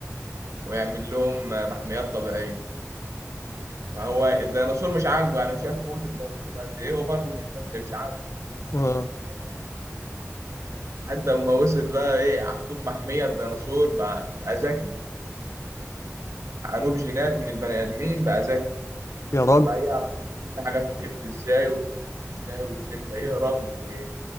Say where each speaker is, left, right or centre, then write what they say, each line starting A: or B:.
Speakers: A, on the right (about 70°); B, on the left (about 65°).
A: ويعمل لهم محميات طبيعية فهو الديناصور مش عاجبه يعني شاف قوة الديناصور قد ايه وبرضه الإنسان مش عاجبه القوة دي
B: اه
A: عمال يهجن فيه لحد ما وصل بقى ايه حطوه في محمية الديناصور بقى, بقى ذكي عنوب جينات من البني آدمين بقى ذكي
B: يا راجل
A: بقى يعرف كل حاجة بتتقفل ازاي وبتتفتح ازاي وازاي امتى يهرب ومش